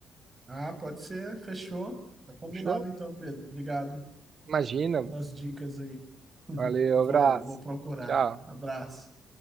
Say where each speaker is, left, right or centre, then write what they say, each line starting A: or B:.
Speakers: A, on the right; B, on the right.
A: Ah, pode ser, fechou. Tá combinado
B: Fechou?
A: então, Pedro. Obrigado
B: Imagina.
A: pelas dicas aí. <laughs>
B: Valeu,
A: Vou,
B: abraço.
A: vou procurar.
B: Tchau.
A: Abraço.